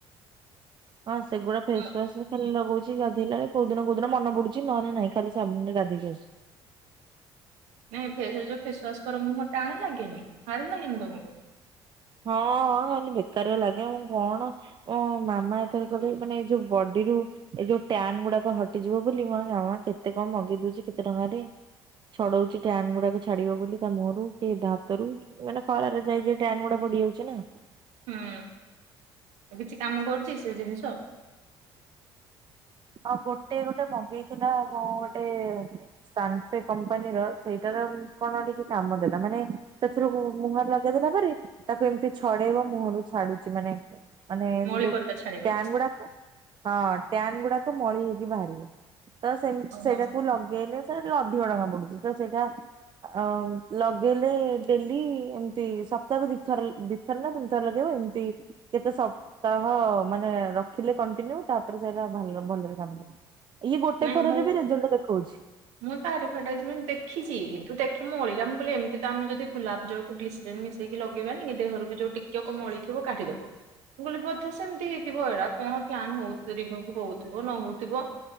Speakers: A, on the right; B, on the right.
A: ହଁ ସେଗୁଡା ଫେସୱାସ।
B: ମୋ
A: ଖାଲି ଲଗଉଛି ଗାଧେଇଲା କୋଉ ଦିନ କୋଉ ଦିନ ମନ ପଡୁଛି ନହେଲେ ନାଇଁ ଖାଲି ସାବୁନରେ ଗାଧୋଇକି ଆସୁଛି।
B: ନାଇଁ ଫେସରେ ଯୋଉ ଫେସୱାସ କର ମୁହଁ ଟାଣି ଲାଗେନି ହାଡେ ଲାଗେନି ତମକୁ?
A: ହଁ କାଲି ବେକାରିଆ ଲାଗେ ମୁଁ କଣ ଓହୋ ମାମା ଏଥର କହିଲେ ମାନେ ଯୋଉ ବଡିରୁ ଏଇ ଯୋଉ ଟ୍ୟାନ ଗୁଡାକ ହଟିଯିବ ବୋଲି ମୁଁ ଜମା କେତେ କଣ ମଗେଇ ଦଉଛି କେତେ ଟଙ୍କାରେ। ଛଡଉଛି ଟ୍ୟାନ୍ ଗୁଡାକ ଛାଡିବ ବୋଲି ତା ମୁହଁରୁ କି ହାତରୁ। ବଡିଯାଉଛି ନା।
B: ହୁଁ କିଛି କାମ କରୁଛି ସେ ଜିନିଷ?
A: ଆଉ ଗୋଟେ ଗୋଟେ ମଗେଇଥିଲା କଣ ଗୋଟେ? ସାନସେ କମ୍ପାନୀର ସେଇଟାର କଣ ଟିକେ କାମ ଦେଲା ମାନେ ମୁହଁରେ ଲଗେଇଦେଲା ପରେ ତାକୁ ଏମିତି ଛଡେଇବ ମୁହଁରୁ ଛାଡୁଛି ମାନେ ମାନେ ସେ
B: ମଳି
A: ଯୋଉ
B: ପରିକା
A: ଟ୍ୟାନ
B: ଛାଡିବ
A: ଗୁଡାକ ହଁ ଟ୍ୟାନ ଗୁଡାକ ମଳି ହେଇକି ବାହାରିବ ତ ସେମି
B: ଓହୋ
A: ସେଇଟାକୁ ଲଗେଇଲେ ସେତିକି ଅଧିକ ଟଙ୍କା ପଡୁଛି ତ ସେଇଟା ଆଉ ଲଗେଇଲେ ଡେଲି ଏମତି ସପ୍ତାହକୁ ଦିଥର ଦି ଥରେନା ତିନି ଥର ଏମିତି ଥର ଲଗେଇବ ଏମିତି କେତେ ସପ୍ତାହ ମାନେ ରଖିଲେ କଣ୍ଟିନ୍ୟୁ ତାପରେ ସେଇଟା ଭଲ ଭଲରେ କାମ କର ଇଏ ଗୋଟେ
B: ନାଇଁ
A: ଥରରେ
B: ମୁଁ
A: ବି ରେଜଲ୍ଟ ଦେଖଉଛି
B: ମୁଁ ତା ଆଡଭରଟାଇଜମେଣ୍ଟ ଦେଖିଛି କିନ୍ତୁ ଦେଖେ ମୁଁ ଅଳିରା ମୁ କହିଲେ ଏମିତି ତ ଆମେ ଯଦି ଗୁଲାପ ଜଳ ଗ୍ଲିସେରିନ୍ ମିଶେଇକି ଲଗେଇବାନି ଦେହରୁ ବି ଯୋଉ ଟିକେକ ମଳି ଥିବ କାଢିଦବ ମୁଁ କହିଲି ବୋଧେ ସେମିତି ହେଇଥିବ ଏଇଟା କଣ କନ୍ ରୀମୁଭ ହଉଥିବ ନ ହଉଥିବ